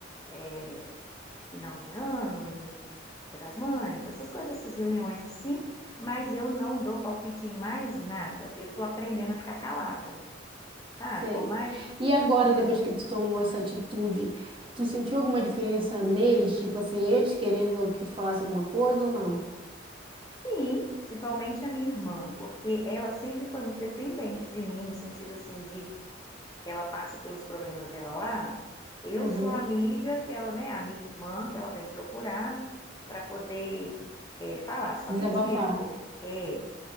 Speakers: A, on the left; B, on the right.
A: é, final de ano e Dia das Mães, essas coisas, essas reuniões assim, mas eu não dou palpite em mais nada. Eu tô aprendendo a ficar calada, sabe?
B: sei.
A: Por mais...
B: E agora, depois que tu tomou essa atitude, tu sentiu alguma diferença neles? Tipo assim, eles querendo que tu falasse alguma coisa ou não?
A: Sim, principalmente a minha irmã, porque ela sempre foi muito dependente de mim, no sentido, assim, de ela passa pelos problemas dela lá, eu
B: Uhum.
A: sou a amiga que ela, né, amiga e irmã que ela vem procurar para poder é, falar. Só
B: Desabafar.
A: que tipo, é,